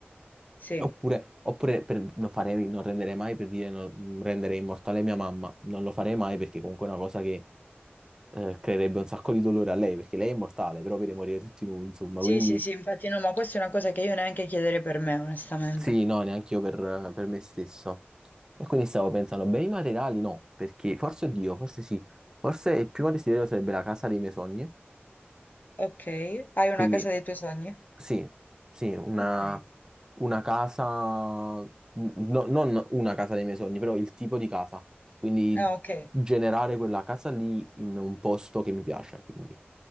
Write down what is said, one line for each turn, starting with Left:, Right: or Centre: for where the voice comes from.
Left: Sì,
Right: Oppure, oppure per- non farei, non renderei mai per dire non, rendere immortale mia mamma, non lo farei mai perché comunque è una cosa che eh, creerebbe un sacco di dolore a lei, perché lei è immortale, però vede morire tutti noi, insomma,
Left: sì,
Right: quindi
Left: sì, sì, infatti no, ma questa è una cosa che io neanche chiederei per me, onestamente.
Right: sì, no, neanche io per, per me stesso. E quindi stavo pensando, beni materiali no, perché forse Dio, forse sì, forse il primo desiderio sarebbe la casa dei miei sogni,
Left: Ok, hai
Right: quindi
Left: una casa dei tuoi sogni?
Right: sì, sì, una,
Left: Ok.
Right: una casa, no- non una casa dei miei sogni, però il tipo di casa, quindi
Left: Ah, ok,
Right: generare quella casa lì in un posto che mi piace, quindi.